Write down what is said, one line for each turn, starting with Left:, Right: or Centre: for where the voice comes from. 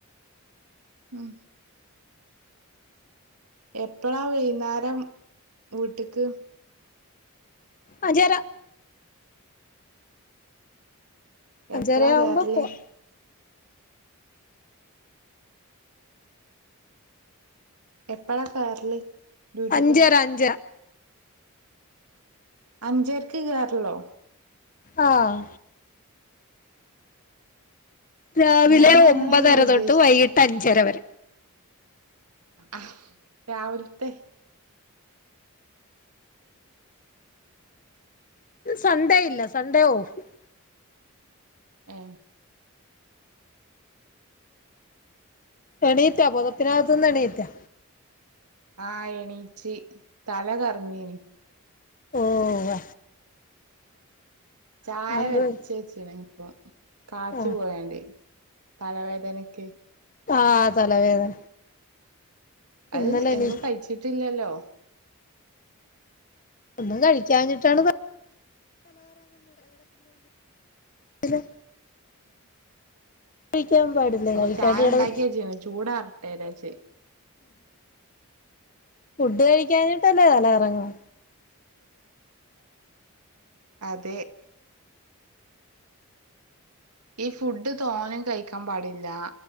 Right: ഉം എപ്പളാ വൈന്നേരം വീട്ട്ക്ക്?
Left: അഞചാര. അഞ്ചര
Right: എപ്പളാ
Left: ആവുമ്പോ
Right: കേറല്
Left: പോവും
Right: എപ്പളാ കേറല് ഡ്യൂട്ടിക്ക്
Left: അഞ്ചരാ അഞ്ചര
Right: അഞ്ചരക്ക്‌ കേറലോ
Left: ആഹ് രാവിലെ
Right: ഞാൻ അങ്ങനെയല്ല
Left: ഒമ്പതര
Right: ഉദ്ദേശിച്ചെ
Left: തൊട്ട് വൈകിട്ട് അഞ്ചര വരെ
Right: ആഹ് രാവിൽത്തെ
Left: സൺഡേ ഇല്ല സൺഡേ ഓഫ്
Right: ഏ
Left: എണീറ്റാ പൊതപ്പിനകത്തുന്ന് എണീറ്റാ
Right: ആഹ് എണീച്ച് തല കറങ്ങേനി
Left: ഓഹ്
Right: ചായ
Left: അതെന്ത്
Right: വെച്ചേച്ചിണ്
Left: പറ്റി?
Right: ഇപ്പോ കാച്ച്
Left: ആഹ്
Right: പോയാണ്ട തലവേദനക്ക്
Left: ആഹ് തലവേദന
Right: അഹ്
Left: ഇന്നലെ എണീ
Right: എന്നും കഴിച്ചിട്ടില്ലല്ലോ
Left: ഒന്നും കഴിക്കാഞ്ഞിട്ടാണ് <inaudible> കഴിക്കാൻ പാടില്ല
Right: അപ്പൊ
Left: കഴിക്കാണ്ട്
Right: ചായ
Left: കിടന്ന്
Right: ഉണ്ടാക്കിയേച്ച്ണ് ചൂടാറട്ടെ ജാരിച്
Left: ഫുഡ് കഴിക്കാഞ്ഞിട്ടല്ലേ തലകറങ്ങണെ
Right: അതെ ഈ ഫുഡ് തോനെ കയിക്കാൻ പാടില്ല